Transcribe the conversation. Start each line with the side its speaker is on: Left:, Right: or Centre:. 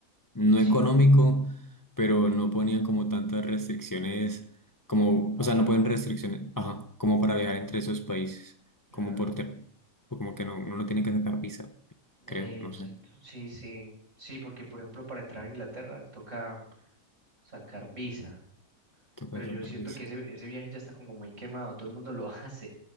Left: no
Right: Sí,
Left: económico, pero no ponían como tantas restricciones, como,
Right: para
Left: o sea,
Right: viajar.
Left: no ponen restricciones, ajá, como para viajar entre esos países,
Right: Ah,
Left: como por, ter- o como que no, uno no tiene que sacar visa, creo,
Right: exacto,
Left: no sé,
Right: sí, sí. Sí, porque por ejemplo para entrar a Inglaterra toca sacar visa.
Left: toca
Right: Pero yo
Left: sacar
Right: siento
Left: visa.
Right: que ese, ese viaje ya está como muy quemado, todo el mundo lo <laughs> hace.